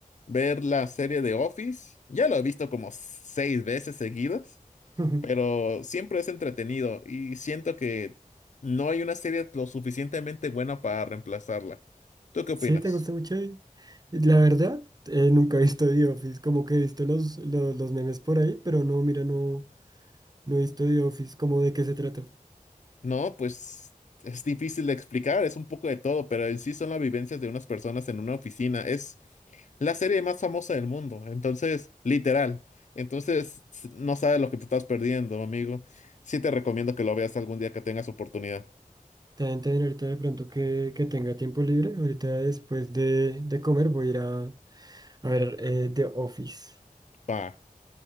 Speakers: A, on the left; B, on the right.
A: ver la serie de Office. Ya lo he visto como seis veces seguidas,
B: <laughs>
A: pero siempre es entretenido y siento que no hay una serie lo suficientemente buena para reemplazarla. ¿Tú qué opinas?
B: Sí, ¿te gusta mucho? ahí? Y La verdad, eh, nunca he visto The Office, como que he visto los, los, los memes por ahí, pero no, mira, no, no he visto The Office, ¿cómo de qué se trata?
A: No, pues es difícil de explicar, es un poco de todo, pero en sí son las vivencias de unas personas en una oficina. Es la serie más famosa del mundo, entonces, literal. Entonces, s- no sabes lo que te estás perdiendo, amigo. Sí te recomiendo que lo veas algún día que tengas oportunidad.
B: También, también ahorita de pronto que, que tenga tiempo libre, ahorita después de, de comer voy a ir a, a ver eh, The Office.
A: Pa.